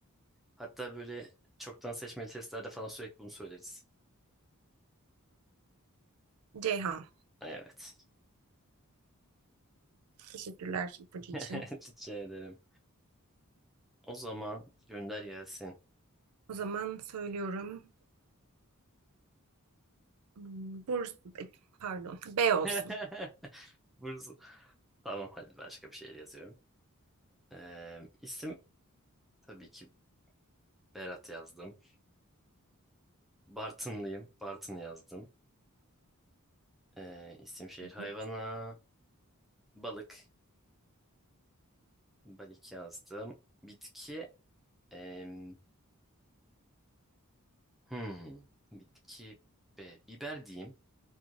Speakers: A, in the centre; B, on the right (about 75°).
A: Hatta böyle çoktan seçmeli testlerde falan sürekli bunu söyleriz.
B: Ceyhan.
A: Evet.
B: Teşekkürler ipucu
A: <laughs>
B: için.
A: Rica ederim. O zaman gönder gelsin.
B: O zaman söylüyorum. Hmm, Burs, e, pardon, B
A: <laughs>
B: olsun.
A: Burası. Tamam hadi başka bir şey yazıyorum. Ee, isim tabii ki Berat yazdım. Bartınlıyım. Bartın yazdım. Ee, isim şehir hayvana
B: Evet,
A: balık. Balık yazdım. Bitki em, hmm, bitki be, biber diyeyim.